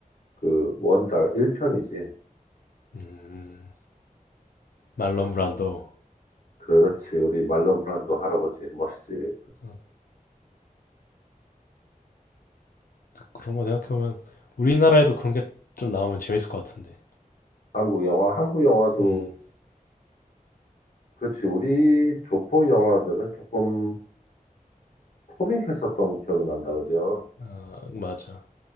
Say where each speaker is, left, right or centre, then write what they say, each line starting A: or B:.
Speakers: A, on the left; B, on the left.
A: 그 원작 1편이지.
B: 음, 음. 말론 브란도.
A: 그렇지. 우리 말론 브란도 할아버지 멋있지.
B: 어, 그런 거 생각해보면 우리나라에도 그런 게 좀 나오면 재밌을 것 같은데.
A: 한국 영화, 한국 영화도
B: 음,
A: 그렇지. 우리 조폭 영화들은 조금 코믹했었던 기억이 난다, 그죠?
B: 아, 맞아.